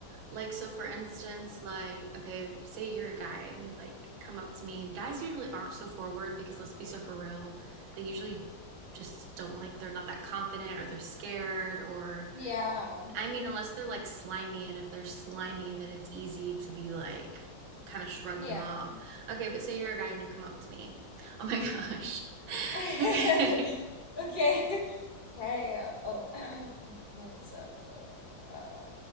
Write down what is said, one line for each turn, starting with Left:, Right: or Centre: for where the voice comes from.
Right: like so for instance, like okay, say you're a guy and you like come up to me and guys usually aren't so forward because let's be so for real, they usually just don't like they're not that confident or they're scared or
Left: Yeah.
Right: I mean unless they're like slimy and if they're slimy then it's easy to be like kind of shrug
Left: Yeah.
Right: them off. Okay, but say you're a guy and you come up to me. Oh my gosh. <laughs>
Left: <laughs>
Right: Okay.
Left: Okay. <laughs> Hey, uh, oh, <clears throat> hey, what's up? Uh, uh,